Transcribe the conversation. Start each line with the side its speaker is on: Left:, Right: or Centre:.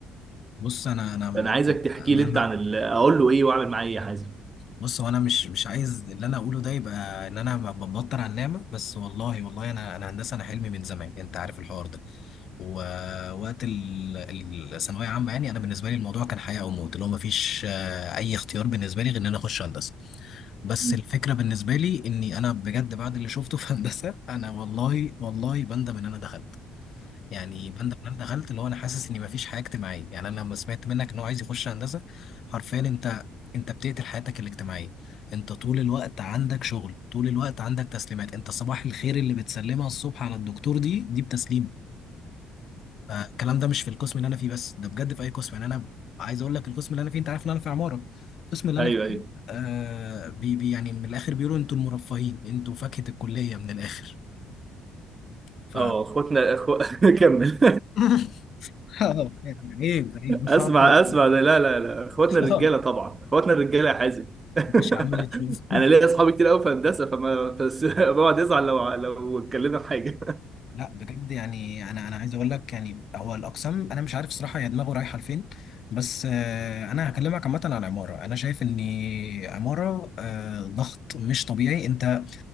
Left: بص انا انا م-
Right: أنا عايزك تحكي
Left: انا
Right: لي أنت عن ال- أقول له إيه وأعمل معاه إيه يا حازم
Left: بص هو انا مش مش عايز اللي انا اقوله ده يبقى ان انا ب- ببطر على النعمه بس والله والله انا انا هندسه انا حلمي من زمان انت عارف الحوار ده ووقت ال- ال- الثانويه عامه يعني انا بالنسبه لي الموضوع كان حياه او موت اللي هو ما فيش اي اختيار بالنسبه لي غير ان انا اخش هندسه بس
Right: <laughs>
Left: الفكره بالنسبه لي اني انا بجد بعد اللي شفته في <laughs> هندسه انا والله والله بندم ان انا دخلت يعني بند بند دخلت اللي هو انا حاسس اني مفيش حياه اجتماعيه يعني انا لما سمعت منك ان هو عايز يخش هندسه حرفيا انت انت بتقتل حياتك الاجتماعيه انت طول الوقت عندك شغل طول الوقت عندك تسليمات انت صباح الخير اللي بتسلمها الصبح على الدكتور دي دي بتسليم فالكلام ده مش في القسم اللي انا فيه بس ده بجد في اي قسم يعني انا عايز اقول لك القسم اللي انا فيه انت عارف ان انا في عماره القسم اللي انا
Right: أيوه
Left: فيه
Right: أيوه
Left: آه بي بي يعني من الاخر بيقولوا انتوا المرفهين انتوا فاكهه الكليه من الاخر ف
Right: أه إخواتنا أخو... <laughs> كمل
Left: <laughs> اه يعني عيب عيب مش
Right: اسمع
Left: هعرف أقول.
Right: اسمع ده لا لا لا اخواتنا
Left: اه
Right: الرجاله طبعا اخواتنا الرجاله يا حازم <laughs>
Left: مش عمال تشوف <laughs>
Right: انا ليا اصحابي كتير قوي في هندسه فما بس <laughs> بقعد يزعل لو لو اتكلمنا في حاجه
Left: لا بجد يعني انا انا عايز اقول لك يعني هو الاقسام انا مش عارف صراحه هي دماغه رايحه لفين بس آه، انا هكلمك عامه عن عماره انا شايف ان عماره آه، ضغط مش طبيعي انت